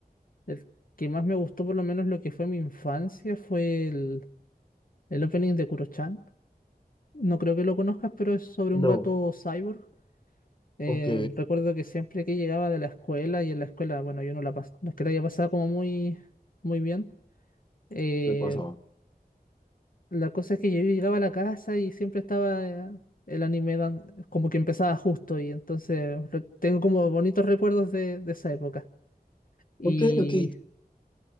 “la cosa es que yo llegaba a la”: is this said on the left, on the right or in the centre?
Left